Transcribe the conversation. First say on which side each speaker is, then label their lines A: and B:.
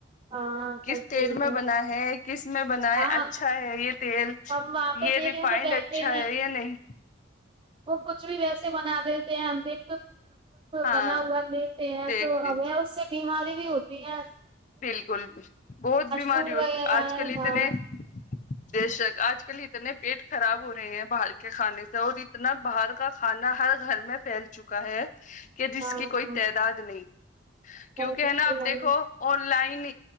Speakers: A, on the right (about 25°); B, on the left (about 40°).
A: ہاں
B: کس
A: صحیح
B: تیل
A: بول
B: میں
A: رہے ہو
B: بنا ہے کس میں بنا ہے
A: ہاں
B: اچھا ہے یہ تیل
A: ہم وہاں پہ
B: یہ
A: دیکھ
B: ریفائنڈ
A: رہے تو بیٹھتے
B: اچھا ہے یا نہیں
A: وہ کچھ بھی ویسے بنا دیتے ہیں ہم دیکھ
B: ہاں
A: بنا ہوا دیتے ہے
B: دیکھتے
A: تو ہمیں اس سے بیماری بھی ہوتی ہیں
B: بالکل بہت بیماری
A: فوڈ
B: ہو
A: وغیرہ
B: آج
A: ہے
B: کل اتنے
A: ہاں
B: بیشک آج کل اتنے پیٹ خراب ہو رہے ہیں باہر کے کھانے سے اور اتنا باہر کا کھانا ہر گھر میں پھیل چکا ہے کہ جس
A: ہاں
B: کی
A: ہاں
B: کوئی تعداد نہیں
A: نہیں
B: کیوں کہ
A: بالکل
B: ہے نا آپ
A: نہیں
B: دیکھو آن لائن